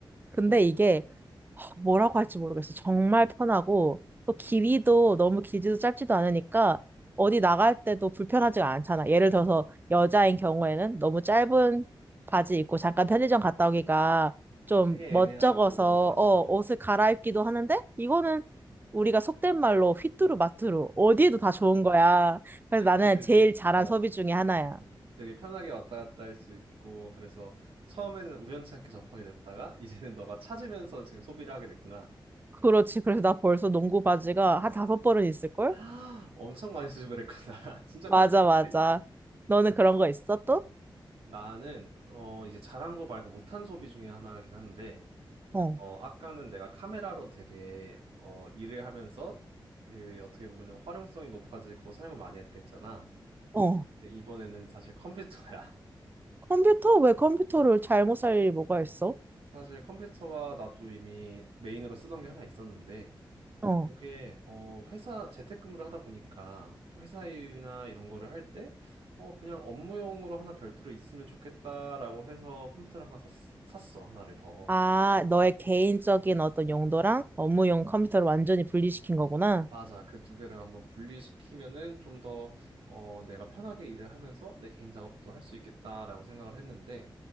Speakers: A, on the right; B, on the right.
A: 근데 이게 하, 뭐라고 할지 모르겠어. 정말 편하고 또 길이도 너무 길지도 짧지도 않으니까 어디 나갈 때도 불편하지가 않잖아. 예를 들어서 여자인 경우에는 너무 짧은 바지 입고 잠깐 편의점 갔다 오기가 좀
B: 되게
A: 멋쩍어서
B: 애매하고, 맞아,
A: 어,
B: 어.
A: 옷을 갈아입기도 하는데 이거는 우리가 속된 말로 휘뚜루 마뚜루 어디에도 다 좋은 거야. 그래서 나는
B: 그치,
A: 제일
B: 되게,
A: 잘한
B: 어,
A: 소비 중에 하나야.
B: 되게 편하게 왔다 갔다 할 수 있고, 그래서 처음에는 우연치 않게 접하게 됐다가, <laughs> 이제는 너가 찾으면서 지금 소비를 하게 됐구나.
A: 그렇지. 그래서 나 벌써 농구 바지가 한 다섯 벌은 있을걸?
B: <gasps> <laughs> 엄청 많이 수집을 했구나. <laughs> 진짜
A: 맞아,
B: 편했나
A: 맞아.
B: 보네.
A: 너는 그런 거 있어, 또?
B: 나는, 어, 이제 잘한 거 말고 못한 소비 중에 하나긴 한데,
A: 어,
B: 어, 아까는 내가 카메라로 되게 어, 일을 하면서 그 어떻게 보면은 활용성이 높아지고 사용을 많이 했다 했잖아.
A: 어.
B: 근데 이번에는 사실 컴퓨터야.
A: 컴퓨터? 왜 컴퓨터를 잘못 살 일이 뭐가 있어?
B: <laughs> 사실 컴퓨터와 나도 이미 메인으로 쓰던 게 하나 있었는데
A: 어,
B: 이게 어, 회사 재택근무를 하다 보니까 회사 일이나 이런 거를 할 때 어, 그냥 업무용으로 하나 별도로 있으면 좋겠다라고 해서 컴퓨터를 하나 샀, 샀어. 하나를 더.
A: 아, 너의 개인적인 어떤 용도랑 업무용 컴퓨터를 완전히 분리시킨 거구나.
B: 맞아. 그 두 개를 한번 분리시키면은 좀 더, 어, 내가 편하게 일을 하면서 내 개인 작업도 할 수 있겠다라고 생각을 했는데,